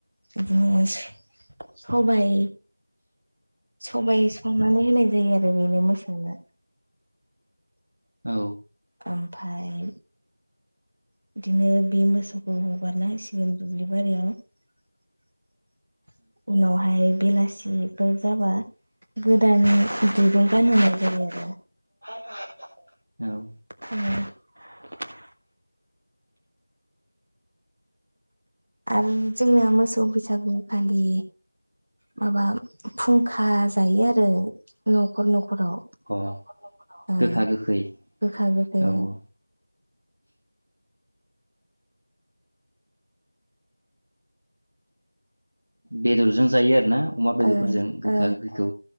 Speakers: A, on the right; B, on the right.
A: बिदिनो स-सबाय सबाय संनानै होनाय जायो आरो बेनो मोसौनो
B: औ
A: ओमफ्राय बिदिनो बे मोसौखौ हगारना होसिगोन दुब्लि बारियाव उनावहाय बेलासि बिफोर जाबा गोदान दिरुंजों गानहोनाय जायो आरो
B: खानाय जायो औ
A: <unintelligible> आरो जोंना मो सौ बैसागुखालि माबा फुंखा जायो आरो न'खर न'खराव
B: अ
A: ओ
B: गोखा गोखै
A: गोखा ओ गोखै
B: औ औ बेदरजों जायो आरो ना? अमा
A: ओ
B: बेदरफोरजों गोखा
A: ओ
B: गोखै